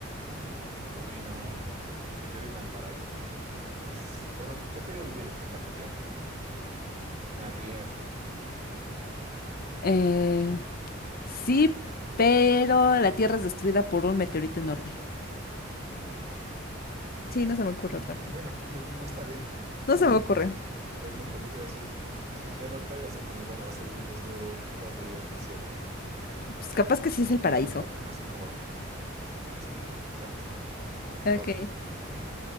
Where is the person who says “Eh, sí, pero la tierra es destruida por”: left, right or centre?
Left